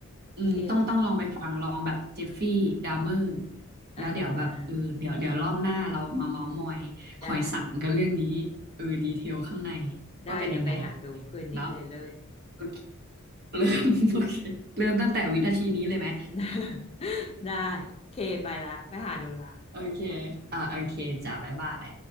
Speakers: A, on the left (about 30°); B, on the right (about 45°).
A: โอเค
B: อืมต้องต้องลองไปฟัง ลองแบบเจฟฟี่ ดาเมอร์
A: อ่า
B: แล้วเดี๋ยวแบบเออเดี๋ยวเดี๋ยวรอบหน้าเรามาเมาส์มอยหอยสังกันเรื่องนี้
A: ได้
B: เออดีเทลข้างใน
A: ได้เดี๋ยวไปหาดูคืนนี้เลยเริ่ม
B: ว่าเป็นยังไง เนาะโอเคเริ่ม <laughs> โอเคเริ่มตั้งแต่วินาทีนี้เลยไหม
A: <laughs> ได้โอเคไปละไปหาดูละ
B: <laughs> โอเค อ่าโอเคจ้าบ๊ายบาย